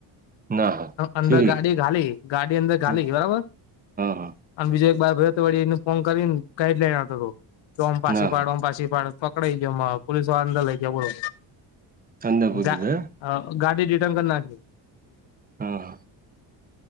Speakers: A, on the right; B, on the left.
A: ના હા
B: અંદર
A: સિરી
B: ગાડી ઘાલી ગાડી અંદર ઘાલી
A: હા
B: બરાબર
A: હા
B: અને બીજો એક ભતો વળ એને ફોન કરીને ગાઈડલાઈન આવતો હતો કે ઓમ પાછી
A: ના
B: પાડોમ
A: હા
B: પાછી પાડ ફક પકડાઈ ગયોમાં પોલીસ વાળ અંદર લઈ ગયા બોલો.
A: ચંદા બુધી
B: ગા
A: હે.
B: ગાડી રિટર્ન કરના જે.
A: હે હા